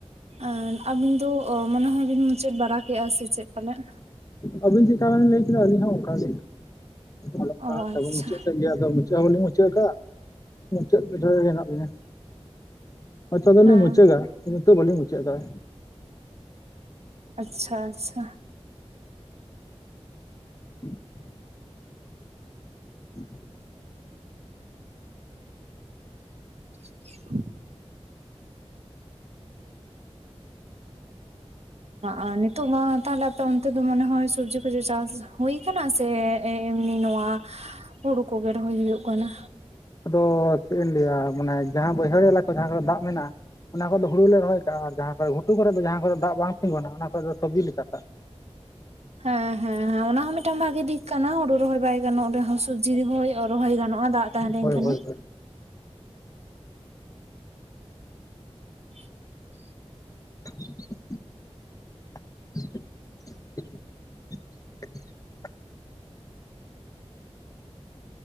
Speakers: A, on the right (about 70°); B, on the left (about 30°).
A: ᱟᱨ ᱟᱹᱵᱤᱱ ᱫᱚ ᱚ ᱢᱚᱱᱮ ᱦᱚᱭ ᱵᱤᱱ ᱢᱩᱪᱟᱹᱫ ᱵᱟᱲᱟ ᱠᱮᱜᱼᱟ ᱥᱮ ᱪᱮᱫ ᱯᱟᱞᱮᱫ?
B: ᱟᱹᱵᱤᱱ ᱪᱮᱫᱠᱟ ᱵᱤᱱ ᱞᱟᱹᱭ ᱠᱮᱫᱟ ᱟᱹᱞᱤᱧ ᱦᱚᱸ ᱚᱱᱠᱟ ᱜᱮ᱾ ᱚᱞᱚᱜ ᱯᱟᱲᱦᱟᱜ
A: ᱚ
B: ᱪᱟᱵᱟ
A: ᱟᱪᱪᱷᱟ
B: ᱢᱩᱪᱟᱹᱫ ᱥᱮᱫ ᱜᱮ, ᱟᱫᱚ ᱢᱩᱪᱟᱹᱫ ᱦᱚᱸ ᱵᱟᱹᱞᱤᱧ ᱢᱩᱪᱟᱹᱫ ᱟᱠᱟᱫ-ᱟ, ᱢᱩᱪᱟᱹᱫ ᱵᱤᱫᱟᱹᱞ ᱨᱮᱜᱮ ᱦᱮᱱᱟᱜ ᱞᱤᱧᱟ᱾ ᱦᱳᱭᱛᱚ ᱫᱚᱞᱤᱧ
A: ᱦᱮᱸ
B: ᱢᱩᱪᱟᱹᱜᱼᱟ, ᱠᱤᱱᱛᱩ ᱱᱤᱛᱚᱜ ᱵᱟᱹᱞᱤᱧ ᱢᱩᱪᱟᱹᱫ ᱟᱠᱟᱜᱼᱟ᱾
A: ᱟᱪᱪᱷᱟ ᱟᱪᱪᱷᱟ᱾
B: <unintelligible> <unintelligible>
A: <unintelligible> ᱟᱨᱻ ᱱᱤᱛᱳᱜ ᱢᱟ ᱛᱟᱦᱞᱮ ᱟᱯᱮ ᱚᱱᱛᱮ ᱫᱚ ᱢᱚᱱᱮ ᱦᱚᱭ ᱥᱩᱵᱡᱤ ᱠᱚᱫᱚ ᱪᱟᱥ ᱦᱩᱭ ᱟᱠᱟᱱᱟ ᱥᱮ ᱮᱢᱱᱤ ᱱᱚᱣᱟ ᱦᱩᱲᱩ ᱠᱚᱜᱮ ᱨᱚᱦᱚᱭ ᱦᱩᱭᱩᱜ ᱠᱟᱱᱟ?
B: ᱟᱫᱚᱻ ᱪᱮᱫ ᱵᱤᱱ ᱞᱟᱹᱭᱟ ᱢᱟᱱᱮ ᱡᱟᱸᱦᱟ ᱵᱟᱹᱭᱦᱟᱹᱲ ᱮᱞᱟᱠᱟ ᱡᱟᱸᱦᱟ ᱠᱟᱨᱮ ᱫᱟᱜ ᱢᱮᱱᱟᱜᱼᱟ ᱚᱱᱟ ᱠᱚᱨᱮ ᱫᱚ ᱦᱩᱲᱩ ᱞᱮ ᱨᱚᱦᱚᱭ ᱠᱟᱜᱼᱟ ᱟᱨ ᱡᱟᱸᱦᱟ ᱠᱚᱨᱮ ᱜᱷᱩᱴᱩ ᱠᱚᱨᱮ ᱫᱚ ᱡᱟᱸᱦᱟ ᱠᱚᱨᱮ ᱫᱟᱜ ᱵᱟᱝ ᱛᱤᱸᱜᱩᱱᱟ ᱚᱱᱟ ᱠᱚᱨᱮ ᱫᱚ ᱥᱚᱵᱡᱤ ᱞᱮ ᱪᱟᱥᱟ᱾ <unintelligible>
A: ᱦᱮᱸ ᱦᱮᱸ ᱦᱮᱸ ᱚᱱᱟ ᱦᱚᱸ ᱢᱤᱫᱴᱟᱝ ᱵᱷᱟᱜᱮ ᱫᱤᱠ ᱠᱟᱱᱟ ᱦᱳᱲᱩ ᱨᱚᱦᱚᱭ ᱵᱟᱭ ᱜᱟᱱᱚᱜ ᱨᱮᱸᱦᱚ ᱥᱚᱵᱽᱡᱤ ᱨᱮᱸᱦᱚ ᱨᱚᱦᱚᱭ ᱜᱟᱱᱚᱜᱼᱟ ᱫᱟᱜ ᱛᱟᱸᱦᱮᱸᱞᱮᱱ
B: ᱦᱳᱭ
A: ᱠᱷᱟᱱ
B: ᱦᱳᱭ
A: ᱜᱮ᱾
B: ᱦᱳᱭ
A: <unintelligible>
B: <unintelligible> <unintelligible>